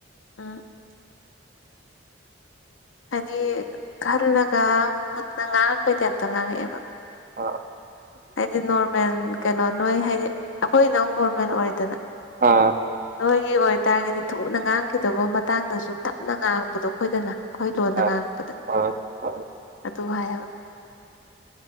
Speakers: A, on the left; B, on the right.
A: ꯑꯥ ꯍꯥꯏꯗꯤ ꯈꯜꯂꯒ ꯃꯨꯟꯅ ꯉꯥꯡꯉꯛꯄꯩꯗꯤ ꯑꯝꯇ ꯉꯥꯡꯉꯛꯑꯦꯕ
B: ꯑ
A: ꯍꯥꯏꯗꯤ ꯅꯣꯔꯃꯦꯜ ꯀꯩꯅꯣ ꯅꯣꯏ ꯍꯥꯏꯗꯤ ꯑꯩꯈꯣꯏ ꯅꯪ ꯅꯣꯔꯃꯦꯜ ꯑꯣꯏꯗꯅ
B: ꯑꯥ
A: ꯅꯣꯏꯒꯤ ꯑꯣꯏꯇꯥꯔꯒꯗꯤ ꯊꯨꯅ ꯉꯥꯡꯈꯤꯗꯕ ꯃꯇꯥꯡꯗꯁꯨ ꯇꯞꯅ ꯉꯥꯡꯉꯛꯄꯗꯣ ꯑꯩꯈꯣꯏꯗꯅ ꯑꯩꯈꯣꯏ ꯂꯣꯟꯗ
B: ꯑꯥ
A: ꯉꯥꯡꯉꯛꯄꯗ
B: ꯑꯥ
A: ꯑꯗꯨ ꯍꯥꯏꯌꯦꯕ